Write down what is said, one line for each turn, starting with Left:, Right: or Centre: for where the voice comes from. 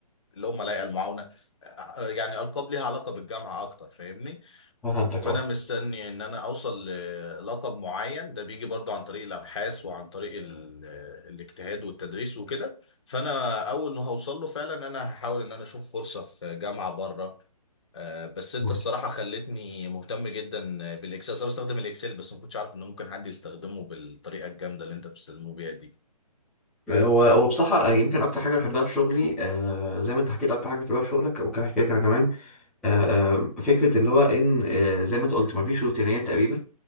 Left: اللي هم لايقه المعاونه آه، يعني القاب ليها علاقه بالجامعه اكتر فاهمني
Centre: فهمتك
Left: فانا
Centre: اه
Left: مستني ان انا اوصل للقب معين ده بيجي برضو عن طريق الابحاث وعن طريق ال- آه، الاجتهاد والتدريس وكده فانا اول ما هوصل له فعلا انا هحاول ان انا اشوف فرصة في جامعة بره آه، بس انت
Centre: فهمتك.
Left: الصراحة خلتني مهتم جدا بالاكسل انا بستخدم الاكسل بس ما كنتش عارف ان ممكن حد يستخدمه بالطريقة الجامدة اللي انت بتستخدمه بيها دي
Centre: هو هو بصراحة يمكن أكتر حاجة بحبها في شغلي آه زي ما أنت حكيت أكتر حاجة بتحبها في شغلك ممكن أحكيها أنا كمان آه آه فكرة اللي هو إن آه زي ما أنت قلت مفيش روتينية تقريبا